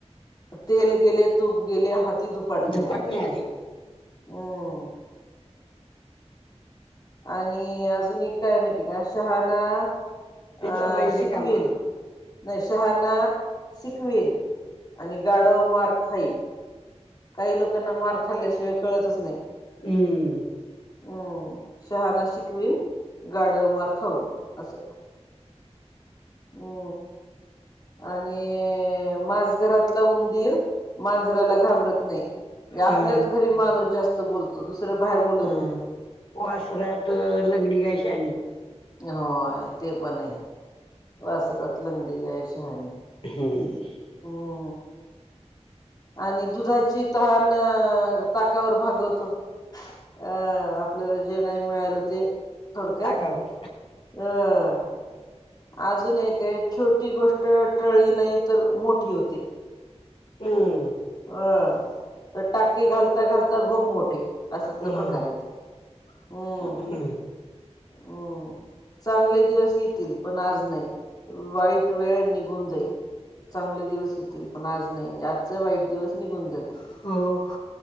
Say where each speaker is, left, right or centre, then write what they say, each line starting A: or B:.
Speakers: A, on the left (about 35°); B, on the left (about 50°).
A: तेल गेले, तूप गेले, हाती धुपाटणी
B: तिथं पाटणी
A: आले.
B: आली
A: हम्म आणि अजून एक काय माहिती आहे का, शहाना
B: तिचा
A: अ
B: बैल रिकामा
A: शिकविन नाही शहाना शिकवीन आणि गाडव मार खाईन. काही लोकांना मार खाल्ल्याशिवाय कळतच नाही.
B: हूं....
A: हम्म शहाणा शिकविन गाडव मार खाऊन असं. हु.. आणि माझघरातला उंदीर मांजराला घाबरत नाही मंजे
B: हा
A: आपल्याच घरी माणूस जास्त बोलतो, दुसरं बाहेर बोलत
B: हा
A: नाही.
B: वासरात लंगडी काय शाणी
A: होय ते पण आहे वासरात लंगडी गाय शहाणी.
B: हं...
A: हो. आणि दुधाची तहान ताकावर भागवतो. अं आपल्याला जे नाही मिळालं ते. थोडक्यात
B: ताकावर
A: अं. अजून एक आहे, छोटी गोष्ट टळली नाही तर मोठी होते.
B: हूं!
A: अ त टाके घालता घालता भोक मोठे, अश्यातला
B: हम्म
A: प्रकार आहे ते.
B: <inaudible>
A: हम्म
B: <inaudible>
A: हम्म. चांगले दिवस येतील पण आज नाही, वाईट वेळ निघून जाईल. चांगले दिवस येतील पण आज नाही, म्हणजे आजचा वाईट दिवस निघून जातील
B: हो